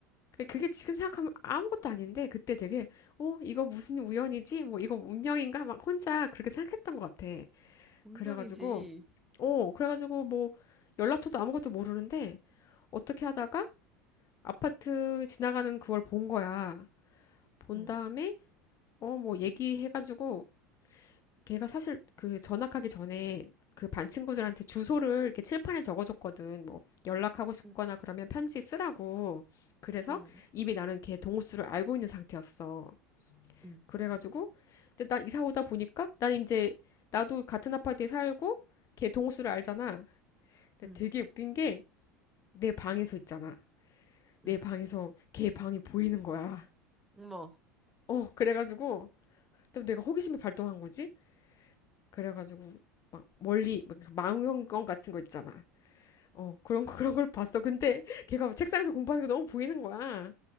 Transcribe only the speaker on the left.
그게 지금 생각하면 아무것도 아닌데 그때 되게 어 이거 무슨 우연이지? 뭐 이거 운명인가? 막 혼자 그렇게 생각했던 것 같아.
그래가지고, 어, 그래가지고 뭐 연락처도 아무것도 모르는데 어떻게 하다가 아파트 지나가는 그걸 본 거야. 본
다음에 어, 뭐 얘기해가지고 걔가 사실 그 전학하기 전에 그 반 친구들한테 주소를 이렇게 칠판에 적어줬거든. 뭐 연락하고 싶거나
그러면 편지 쓰라고. 그래서
이미 나는 걔 동호수를 알고 있는 상태였어.
그래가지고 근데 나 이사 오다 보니까 난 이제 나도 같은 아파트에 살고 걔 동호수를 알잖아.
되게 웃긴 게 내 방에서 있잖아. 내
방에서 걔 방이 보이는 거야.
어, 그래가지고 또 내가 호기심이 발동한 거지? 그래가지고 막 멀리 막 그 망원경 같은 거 있잖아. 어, 그런 거, 그런 걸 봤어. 근데 걔가 책상에서 공부하는 게 너무 보이는 거야.